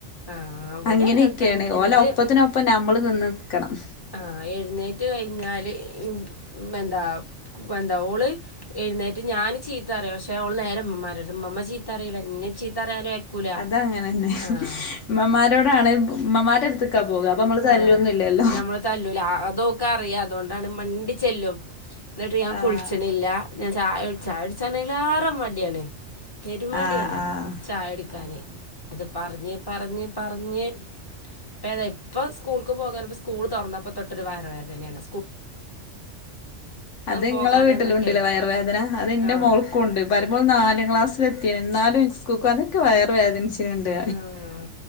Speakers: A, on the left; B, on the left.
A: ആഹ് ഇവിടെ
B: അങ്ങനെയൊക്കെണ്
A: അങ്ങനെ തന്നെയാണ്
B: ഓലെ
A: ഇത്
B: ഒപ്പത്തിനൊപ്പം നമ്മൾ നിന്നെട്ക്കണം.
A: ആഹ് എഴുന്നേറ്റ് കഴിഞ്ഞാല് ഉം എന്താ എന്ത ഓള് എഴുന്നേറ്റ് ഞാന് ചീത്തറയും ക്ഷെ ഓള് നേരെര മ്മമാരോമ്മ ചീത്തറില ന്നെ ചീത്തറിയാനു അയക്കൂല
B: അതങ്ങനെ തന്നെ
A: ആഹ്
B: ഇമ്മമാരോടാണ് ഇമ്മമാന്റെ അടുത്ത്ക്കാ പോക അപ്പൊ നമ്മള് തല്ലൊന്നും
A: ആഹ്
B: ഇല്ലല്ലോ-
A: ഞമ്മള് തല്ലൂല അതോക്ക് അറിയാ അതുകൊണ്ടാണ് മണ്ടി ചെല്ലും. ഇന്നട്ട് ഞാൻ
B: ആഹ്
A: കുളിച്ച്ണില്ല ഞാൻ ചായ ചായ കുടിച്ചണെങ്കില് അയിലാറെ മടിയാണ്. പെരുമടിയാണ്
B: ആഹ് ആഹ്
A: ചായ കുടിക്കാന്.
B: ആഹ്
A: അത് പറഞ്ഞ് പറഞ്ഞ് പറഞ്ഞ് ഇപ്പതേ ഇപ്പം സ്കൂൾക്ക് പോകാന് സ്കൂൾ തുറന്നപ്പോ തൊട്ടൊരു വയറവേദനയാണ്
B: അത് നിങ്ങളെ
A: പോകാതെ
B: വീട്ടിലുണ്ടല്ലേ
A: നിന്നിട്ടെ
B: വയറുവേദന അത് ഇൻ്റെ
A: ആഹ്
B: മോൾ കൊണ്ട് വരുമ്പോ നാല് ക്ലാസ്സില് എത്തീണ് എന്നാലും സ്ക്കൂക്ക് പോ ഇൻക്ക് വയറ് വേദനിച്ചിണ്ട്.
A: ആഹ്